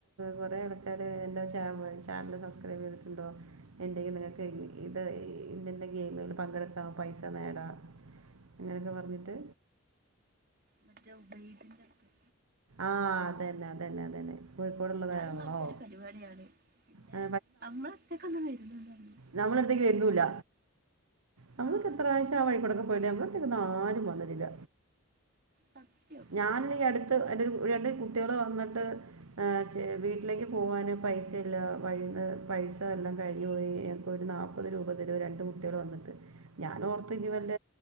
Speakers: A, on the right (about 75°); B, on the right (about 45°).
A: കൊറെേ ആൾക്കാര് എന്റെ ചാനല് സബ്സ്ക്രൈബ് ചെയ്തിട്ടുണ്ടോ എന്റെങ്കും നിങ്ങക്ക് ഇത് ഇന്റെന്റെ ഗെയിമിൽ പങ്കെടുക്കാം പൈസ നേടാം അങ്ങനെയൊക്കെ പറഞ്ഞിട്ട്
B: മറ്റ് അ ബൈതിന്ന്ർക്ക
A: ആഹ് അതന്നെ അതന്നെ അതന്നെ കോഴിക്കോടുള്ളതാണല്ലോ
B: പക്ഷെ അത് നല്ലൊരു പരിപാടിയാണ് പിന്നെ
A: ആ,
B: നമ്മളത്തേക്കന്നും വരുന്നന്ന് പറഞ്ഞു
A: നമ്മള അട്ത്തേക്ക് വരുന്നുല്ല നമ്മൾക്ക്
B: ആ
A: എത്ര
B: അതന്നെ
A: പ്രാവശ്യം ആ വഴിക്കുടക്ക പോയിട്ടേ നമ്മൾ ആരും വന്നിട്ടില്ല
B: സത്യം
A: ഞാനന്നേ ഈ അടുത്ത് എന്റെ ഒരു രണ്ട് കുട്ട്യാള് വന്ന്ട്ട് ആഹ് വീട്ടിലേക്ക് പോവ്വാന് പൈസ ഇല്ലാ വഴീന്ന് പൈസ എല്ലാം കഴിഞ്ഞു പോയി അപ്പൊ ഒരു നാ പ്പത് രൂപ രണ്ട് കുട്ട്യാള് വന്ന്ട്ട് ഞാൻ ഓർത്ത് ഇനി
B: ഉം.
A: വല്ല